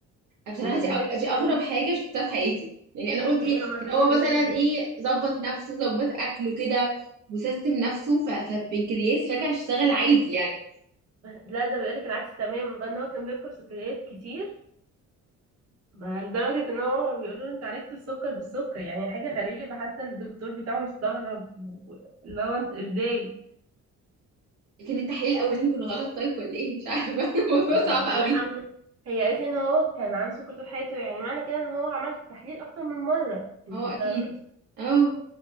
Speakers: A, on the right; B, on the right.
A: بصراحه
B: آه،
A: دي أغ-
B: دي حاجة
A: دي اغرب
B: غريبة
A: حاجه شفتها في حياتي يعني انا قلت ايه
B: ايوه ما
A: كان
B: حاجه
A: هو
B: غريبه
A: مثلا
B: جدا
A: ايه ظبط نفسه ظبط اكله كده وسيستم نفسه ف- فالبنكرياس رجع يشتغل عادي يعني
B: لا ده بيقولك العكس تماما بقى ان هو كان بياكل سكريات كتير بقى لدرجه ان هو بيقولوا له انت عالجت السكر بالسكر يعني حاجه غريبه حتى الدكتور بتاعه مستغرب و- اللي هو انت ازاي
A: كان التحليل الاولاني كان غلط طيب ولا ايه مش عارفه <laughs> الموضوع
B: ما-
A: صعب قوي
B: لا أنا- هي قالت لي ان هو كان عنده سكر طول حياته يعني معنى كده ان هو عمل تحليل اكتر من مره انت
A: اه
B: فاهمه
A: اكيد اه